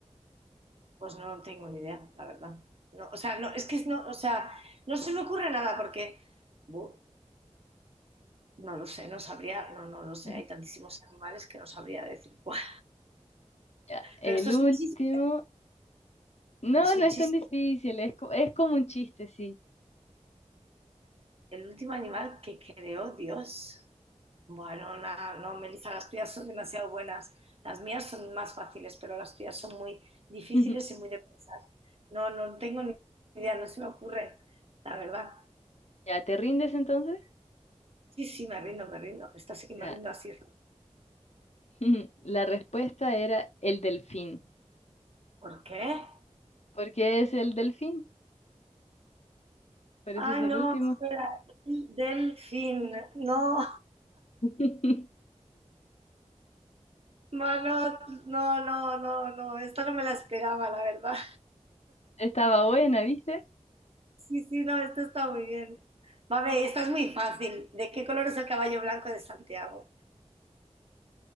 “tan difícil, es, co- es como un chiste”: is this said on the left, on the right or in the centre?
Left